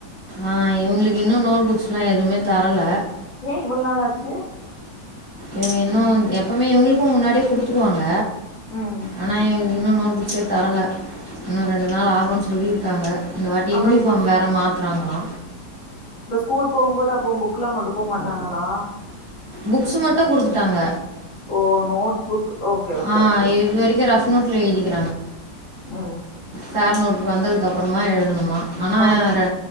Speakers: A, on the right; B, on the left.
A: ஆ இவங்களுக்கு இன்னு நோட் புக்ஸ் எல்லா எதுவுமே தரல
B: ஏ இவ்ளோ நாள் ஆச்சு
A: இவங்க இன்னு எப்பவுமே இவங்களுக் அதுக்கு முன்னாடியே கொடுத்துருவாங்க
B: ம்
A: ஆனா இன்னு நோட் புக்ஸே தரல இன்னு ரெண்டு நாள் ஆகும்ன்னு சொல்லிருக்காங்க இந்த வாட்டி
B: அப்ப
A: யூனிஃபார்ம்
B: இப்ப
A: வேற மாத்துறாங்களா
B: கூல் போகுபோது அப்போ புக் எல்லா கொண்டு போ மாட்டாங்களா
A: புக்ஸ் மட்டு குடுத்துட்டாங்க
B: ஓ நோட் புக் ஓகே ஓகே
A: ஆ
B: ஓகே
A: இது வரைக்கு ரஃப் நோட்டல எழுதிக்க
B: ஆ
A: பர் நோட் வந்ததுக்க அப்புறமா எழுதணுமா ஆனா
B: இப்ப அத
A: ரெ